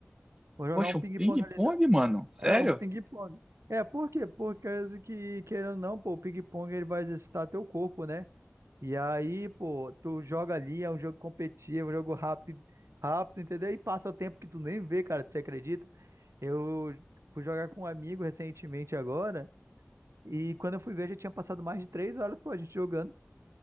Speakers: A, on the right; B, on the right.
A: Vou jogar
B: Poxa,
A: um ping-pong
B: um ping-pong,
A: ali. da-
B: mano? Sério?
A: É, um ping-pong. É, por quê? Porque que, querendo ou não, pô, o ping-pong ele vai exercitar teu corpo, né? E aí, pô, tu joga ali, é um jogo competitivo, um jogo rápido, rápido, entendeu? E passa tempo que tu nem vê, cara, você acredita? Eu fui jogar com um amigo recentemente agora, e quando eu fui ver, já tinha passado mais de três horas, pô, a gente jogando.